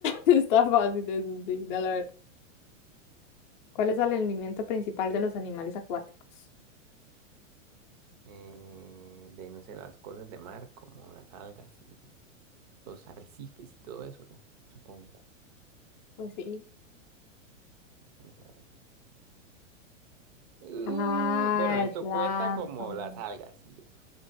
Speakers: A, on the left; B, on the right.
A: Está fácil eso, sí, la verdad. ¿Cuál es el alimento principal de los animales acuáticos?
B: eh, de, no sé, las cosas de mar, como las algas y los arrecifes y todo eso, ¿no? Supongo.
A: Pues sí.
B: Vamos a ver. Uh,
A: Ah,
B: bueno, esto
A: el plancton.
B: cuenta como las algas y eso.